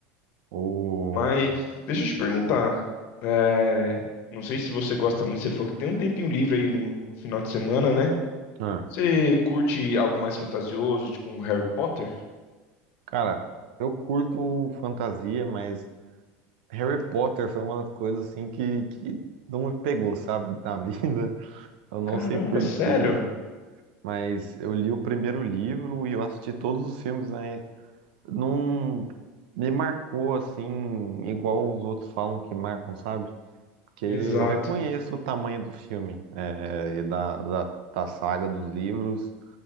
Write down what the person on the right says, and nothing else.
O.
Ah,
cara, eu curto fantasia, mas Harry Potter foi uma das coisas, assim, que, que não me pegou, sabe, <laughs> na vida. Eu não
sei por
quê, mas eu li o primeiro livro e eu assisti todos os filmes, né? não me marcou assim, igual os outros falam que marcam, sabe? Porque
eu reconheço o tamanho do filme, é, e da, da, da saga dos livros